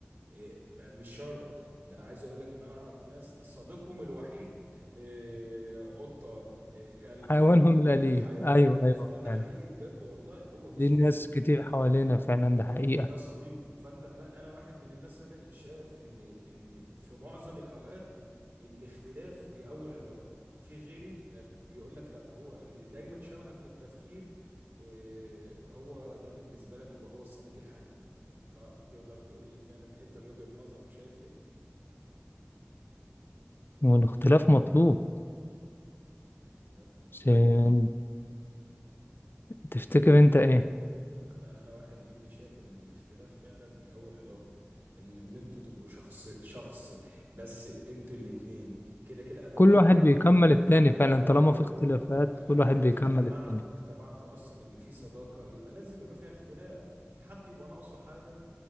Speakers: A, on the right; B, on the left.
A: آه، م- مش شرط ده انا عايز اقول لك ان انا اعرف ناس صديقهم الوحيد إيه، قطة إيه، كلب
B: حيوانهم الأليف
A: آه، حيوانه
B: أيوه
A: الأليف
B: أيوه
A: اه ده
B: يعني
A: حقيقي بجد والله هو ده
B: دي
A: صديقه
B: ناس كتير حوالينا فعلا ده
A: اه
B: حقيقة
A: ده صديقه فانت ما انا واحد من الناس فعلا شايف ان ان في معظم الاوقات الاختلاف بيقوي العلاقة في غيري آه، بيقول لك لا هو اللي دايما شبهك في التفكير آه، هو ده بالنسبة لك يبقى هو الصديق الحقيقي انت تقدر تقول لي فعلا انت من وجهة نظرك شايف ايه
B: والاختلاف مطلوب
A: الاختلاف مطلوب
B: بس تفتكر أنت إيه؟
A: انا انا واحد مني شايف ان الاختلاف فعلا بيقوي العلاقه ان ان انتوا تبقوا شخص شخص بس انتوا الاتنين كده كده ادام
B: كل
A: اجتمعتوا
B: واحد بيكمل التاني فعلا
A: ايوه
B: طالما في اختلافات
A: ادام
B: كل واحد
A: انتوا
B: بيكمل
A: اجتمعتوا
B: التاني
A: اجتمعتوا اصلا ان في صداقه يبقى لازم يبقى فيها اختلاف حد يبقى ناقصه حاجه